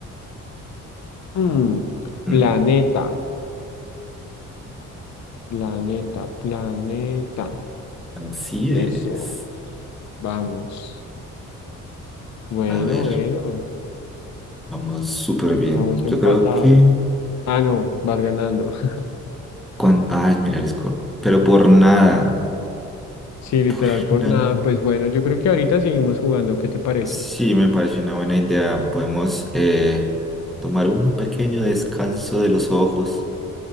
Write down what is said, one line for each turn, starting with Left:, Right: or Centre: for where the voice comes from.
Left: Mm,
Centre: mm,
Left: planeta. Planeta, planeta.
Centre: así
Left: Eso,
Centre: es.
Left: vamos. Bueno,
Centre: A ver,
Left: bueno,
Centre: vamos súper bien.
Left: vamos empatados.
Centre: Yo creo que,
Left: Ah, no, vas ganando. <laughs>
Centre: cuan- ay, mira el score, pero por nada,
Left: Sí, literal,
Centre: por
Left: por
Centre: nada.
Left: nada. Pues bueno, yo creo que ahorita seguimos jugando. ¿Qué te parece?
Centre: Sí, me parece una buena idea. Podemos eh, tomar un pequeño descanso de los ojos